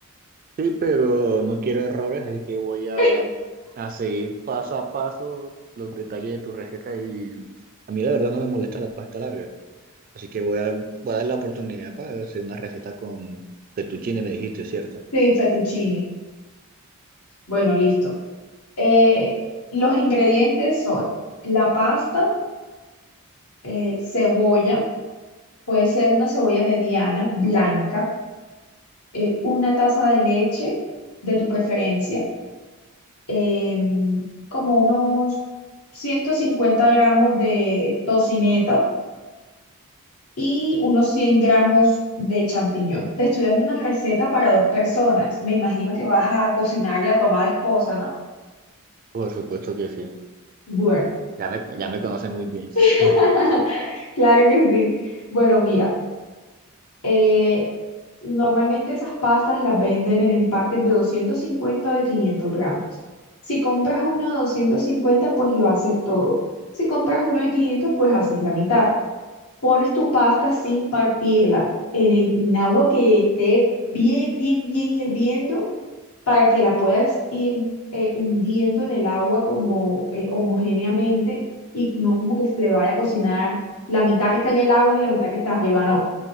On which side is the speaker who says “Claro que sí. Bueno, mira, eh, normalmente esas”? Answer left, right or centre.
Left